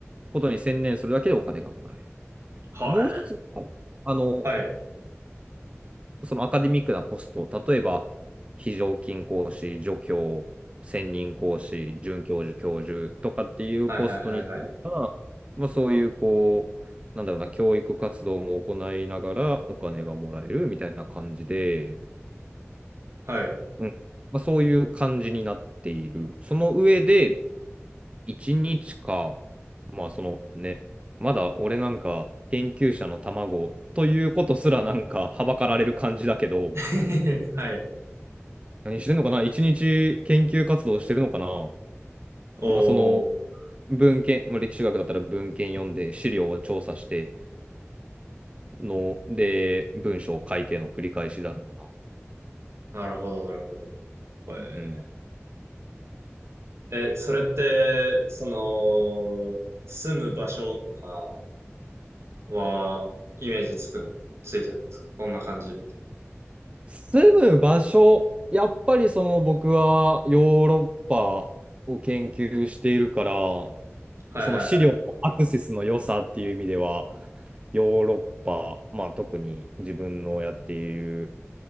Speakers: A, on the right; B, on the right.
A: ことに専念するだけでお金がもらえる。
B: はい。
A: もう一つ、あの、
B: はい。
A: そのアカデミックなポスト、例えば、非常勤講師、助教、専任講師、准教授、教授とかっていうポストについては、
B: はいはいはいはい。
A: まあ、そういう、こう、なんだろうな、教育活動も行いながらお金がもらえるみたいな感じで、
B: はい。
A: うんまあ、そういう感じになっている。その上で、1日か、まあ、そのね、まだ俺なんか研究者の卵ということすらなんかはばかられる感じだけど、
B: <laughs> はい。
A: 何してんのかな一日研究活動してるのかな
B: <laughs> おー。
A: まあ、その文献、まあ、歴史学だったら文献読んで資料を調査しての、で、文章を書いての繰り返しだろうな。
B: なるほど、なるほど。これ
A: うん。
B: え、それって、その、住む場所とかは、イメージつくん、ついてるんですかどんな感じみたい
A: 住む場所、やっぱりその僕はヨーロッパを研究しているから、
B: な。
A: その資料のアクセスの良さっていう意味では、
B: はいはいはいはい。
A: ヨーロッパ、まあ特に自分のやっている